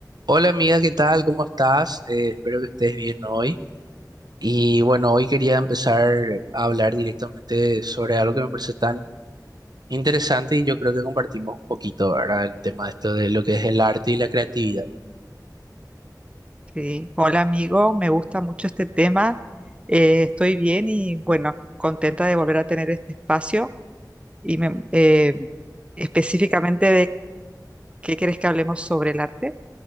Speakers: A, on the right (about 70°); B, on the right (about 15°).
A: Hola amiga, ¿qué tal? ¿Cómo estás? Eh, espero que estés bien hoy. Y bueno, hoy quería empezar a hablar directamente sobre algo que me parece tan interesante y yo creo que compartimos un poquito, ¿verdad? El tema esto de lo que es el arte y la creatividad.
B: Sí, hola amigo, me gusta mucho este tema. eh, estoy bien y bueno, contenta de volver a tener este espacio y me- eh, específicamente de qué quieres que hablemos sobre el arte.